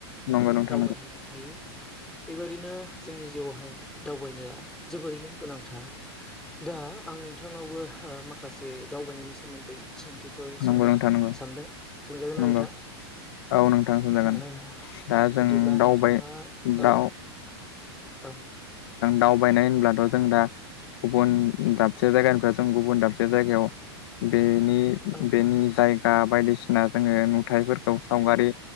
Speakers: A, on the left; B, in the centre.
A: नंगौ नोंथां नंगौ नोंथां नंगौ नोंथां
B: दावबायहैनो
A: नंगौ
B: हायो बेबायादिनो जोंनि जिउआवहाय दावबायनाया जोबोरैनो गोनांथार दा आं नोंथांनावबो माखासे दावबायनायनि सोमोन्दै सोंथिफोर सोंनो
A: नंगौ नोंथां नंगौ
B: सानदों सोंजागोना
A: नंगौ
B: नोंथां
A: औ नोंथांसिन जागोन
B: ओ
A: दा जों
B: बिदिब्ला नोंथाङा
A: दावबाय
B: ओ
A: दाउ
B: औ
A: दावबायनाय होनब्लाथ' जों दा गुबुन दाबसे जायगानिफ्राय जों गुबुन दाबसे जायगायाव बेनि
B: औ नोंथां
A: बेनि जायगा बायदिसिना जोङो नुथायफोरखौ सावगारि